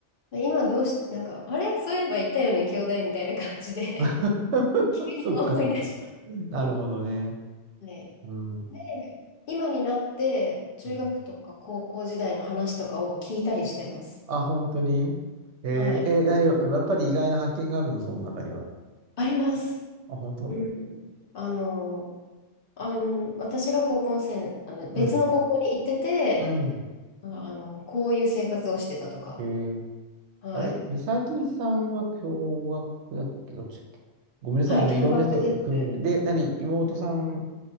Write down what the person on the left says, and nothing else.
今どうし、なんか、あれそういえばいたよね、兄弟みたいな感じで
<laughs> 急に思い出して。
はい。
で、今になって、中学とか高校時代の話とかを聞いたりしてます。
はい。
あります。
うん。あの、あの、私が高校生、あの、別の高校に行ってて、
あ、あの、こういう生活をしてたとか。
はい。
はい、
共学です。